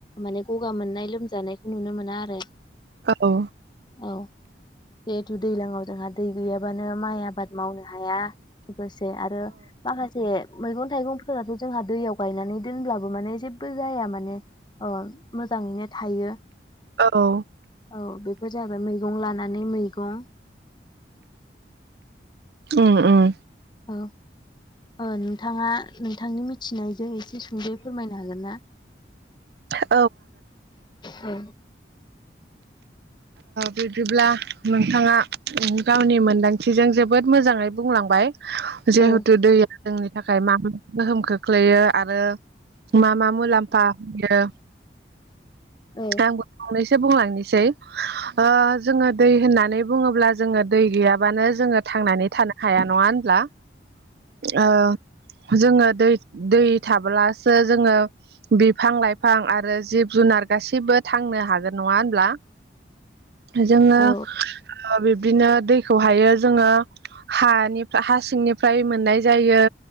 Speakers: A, on the left (about 25°); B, on the right (about 60°).
A: माने गगा मोननाय लोमजानायखौ नुनो मो ना आरो
B: औ
A: औ जिहेतु दैलाङाव जोंहा दै गैयाबानो माइ आबाद मावनो हाया। गोसे आरो माखासे मैगं थाइगंफोराथ' जोंहा दैयाव गायनानै दोनब्लाबो माने जेबबो जाया माने अ मोजाङैनो थायो।
B: औ
A: औ बेफोर जाहैबाय मैगं लानानै मैगं।
B: उम उम
A: ओ ओ नोंथाङा नोंथांनि मिथिनायजों एसे सुंदयै फोरमायनो हागोनना?
B: थ
A: औ
B: बिदिब्ला नोंथाङा गावनि मोनदांथिजों जोबोद मोजाङै बुंलांबाय जिहेथु
A: औ
B: दैया जोंनि थाखाय मा मा गोहोम खो ख्लैयो आरो मा मा मुलाम्फा होयो
A: औ
B: आंबो खावनैसो बुंलांनिसै ओ जोङो दै होननानै बुङोब्ला जोङो दै गैयाबानो जोङो थांनानै थानो हाया नङा होनब्ला। ओ जोङो दै दै थाब्लासो जोङो बिफां लाइफां आरो जिब जुनार गासिबो थांनो हागोन नङा होनब्ला। जोङो
A: औ
B: ओ बिब्दिनो दैखौहायो जोङो हानिफ्रा हा सिंनिफ्राय मोननाय जायो